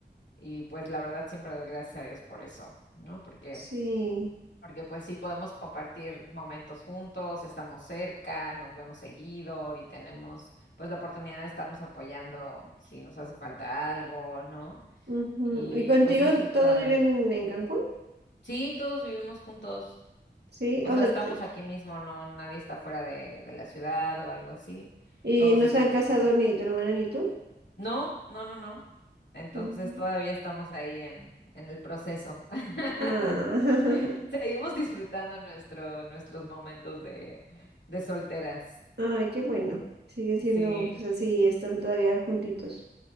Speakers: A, on the left; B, on the right.
A: Y pues la verdad siempre doy gracias a Dios por eso, ¿no? Porque,
B: sí.
A: porque pues sí podemos compartir momentos juntos, estamos cerca, nos vemos seguido y tenemos pues la oportunidad de estarnos apoyando si nos hace falta algo, ¿no?
B: Ujú.
A: Y
B: ¿Y contigo
A: pues eso es padre.
B: todos viven en Cancún?
A: Sí, todos vivimos juntos.
B: Sí,
A: O
B: o
A: sea,
B: sea,
A: estamos
B: te-
A: aquí mismo, no, nadie está fuera de, de la ciudad o algo así.
B: y
A: Todos
B: no
A: estamos
B: se han casado
A: juntos.
B: ni tu hermana ni tú.
A: No, no, no, no. Entonces
B: Ujú.
A: todavía estamos ahí en, en el proceso. <laughs>
B: Ah, <laughs>
A: Seguimos disfrutando nuestro, nuestros momentos de, de solteras.
B: ay, qué bueno. Siguen siendo,
A: Sí,
B: pues así, están todavía juntitos.